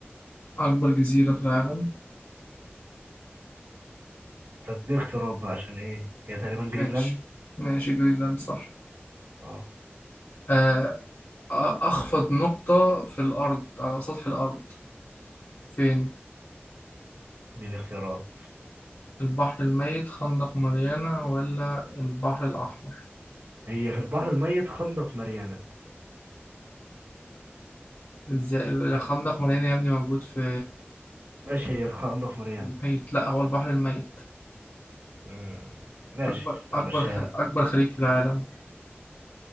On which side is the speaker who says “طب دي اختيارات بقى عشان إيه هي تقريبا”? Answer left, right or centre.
Right